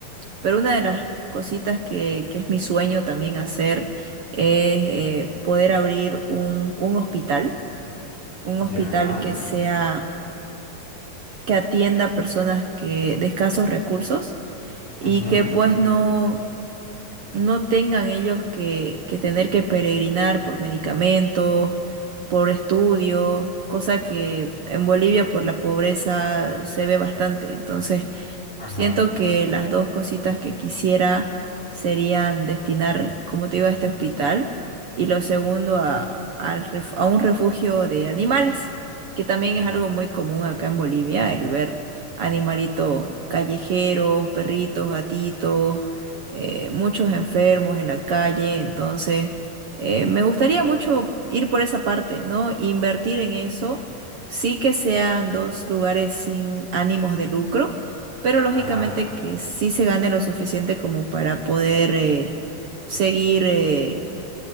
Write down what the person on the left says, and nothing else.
Ya.
Ujú.
Ajá.
Ya.
Ajá.